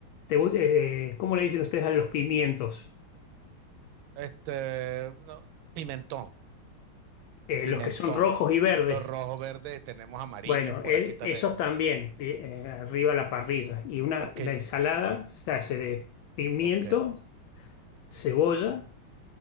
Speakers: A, on the left; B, on the right.
A: te gu- eh, eh, ¿cómo le dicen ustedes a los pimientos?
B: Este, no, pimentón,
A: Eh,
B: pimentón.
A: los que son rojos y verdes.
B: Los rojos, verdes, tenemos amarillos
A: Bueno,
B: por
A: e-
B: aquí también.
A: esos también, de- eh, arriba a la parrilla. Y una,
B: Porque,
A: la ensalada se hace de pimiento,
B: ok,
A: cebolla,